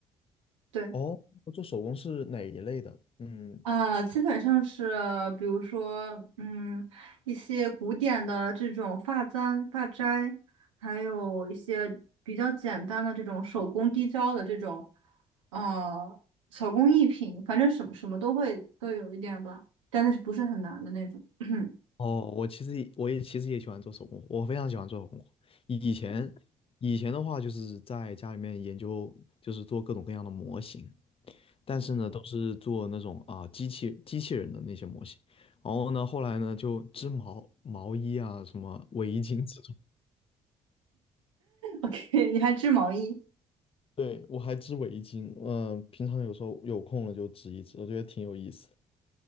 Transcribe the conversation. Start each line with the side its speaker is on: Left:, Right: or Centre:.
Right: 对。
Left: 哦，做手工是哪一类的？嗯，
Right: 啊，基本上是，比如说，嗯，一些古典的这种发簪、发钗，还有一些比较简单的这种手工滴胶的这种，呃，手工艺品，反正什么什么都会都有一点吧，但是不是很难的那种。<clears throat> 嗯
Left: 哦，我其实也我也其实也喜欢做手工活我非常喜欢做手工活以以前以前的话，就是在家里面研究，就是做各种各样的模型。但是呢，都是做那种啊机器机器人的那些模型。然后呢，后来呢就织毛毛衣啊，什么围巾这种。
Right: o k <laughs> 你还织毛衣？
Left: 对，我还织围巾，嗯、平常有时候有空了就织一织，我觉得挺有意思的。